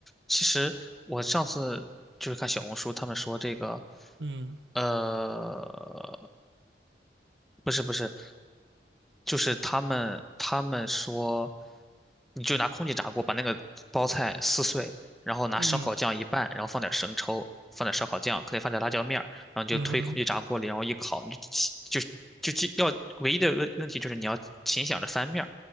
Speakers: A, in the centre; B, on the right (about 80°).
A: 其实我上次就是看小红书，他们说这个
B: 嗯
A: 呃，不是不是，就是他们他们说，你就拿空气炸锅把那个包菜撕碎，然后拿烧烤酱一拌，
B: 嗯
A: 然后放点生抽，放点烧烤酱，可以放点辣椒面儿，然后你就推空气炸锅里，
B: 嗯哼，
A: 然后一烤，你就起就就记要唯一的问问题就是你要勤想着翻面儿，